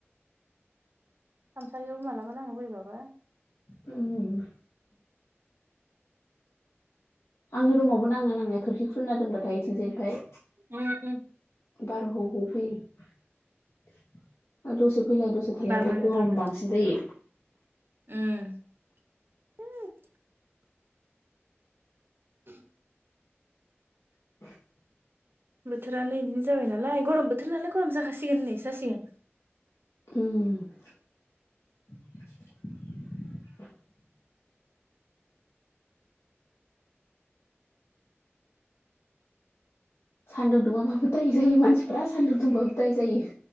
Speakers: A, on the right; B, on the left.
A: खामसालियाव मालाबा नाङो बैरैबाबा
B: <inaudible> आंनो रुमावबो नाङो आंनि खोरखि खुलिना दोनबाथाय इथिंजाय फाय
A: उम उम
B: बार' हौ हौ फैयो <unintelligible> फैलाय दसे थालायबाथाय
A: बार नाङोथ'
B: गरम
A: नोंनाव
B: बांसिन जायो
A: उम <inaudible>
B: <inaudible>
A: बोथोरा नै बिदिनो जाबाय नालाय गरम बोथोर नालाय गरम जाखासिगोन होननाय सो जासिगोन
B: उम सान्दुं दुङाबाबो दाय जायो मानसिफ्रा सान्दुं दुंबाबो दाय जायो।